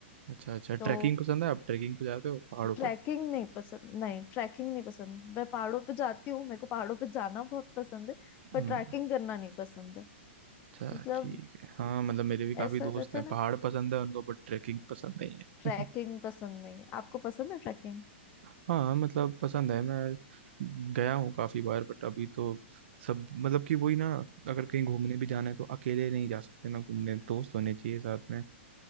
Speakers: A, on the right (about 60°); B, on the left (about 25°).
A: अच्छा अच्छा ट्रैकिंग
B: तो
A: पसंद है आप ट्रैकिंग पे जाते हो पहाड़ों
B: ट्रैकिंग नहीं पसंद नहीं ट्रैकिंग नहीं पसंद मैं पहाड़ों पे जाती हूँ मेरे को पहाड़ों पे जाना बहुत पसंद है
A: पे
B: पर ट्रैकिंग करना नहीं पसंद है
A: अच्छा
B: मतलब
A: ठीक है हाँ मतलब मेरे भी काफी
B: ऐसा
A: दोस्त
B: रहता
A: हैं
B: है ना
A: पहाड़ पसंद है उनको बट ट्रैकिंग पसंद नहीं
B: ट्रैकिंग
A: है
B: पसंद नहीं आपको पसंद है ट्रैकिंग
A: <laughs> हाँ मतलब पसंद है मैं गया हूँ काफी बार बट अभी तो सब मतलब कि वही ना अगर कहीं घूमने भी जाना है तो अकेले नहीं जा सकते ना घूमने दोस्त होने चाहिए साथ में